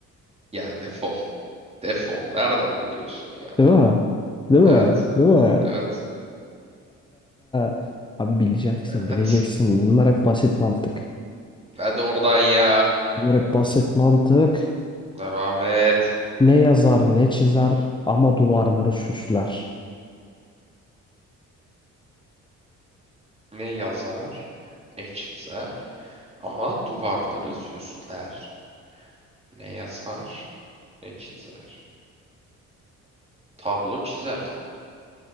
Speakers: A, on the right; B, on the left.
A: Ya defol. Defol. Nereden biliyorsun ya?
B: Değil mi? Değil mi?
A: Evet.
B: Değil mi?
A: Evet.
B: <laughs> Abi bileceksin,
A: Evet.
B: bileceksin. Bunlar hep basit mantık.
A: Hadi oradan ya.
B: Bunlar hep basit mantık.
A: Devam et.
B: Ne yazar, ne çizer ama duvarları süsler.
A: Ne yazar, ne çizer ama duvarları süsler. Ne yazar, ne çizer. Tablo çizer.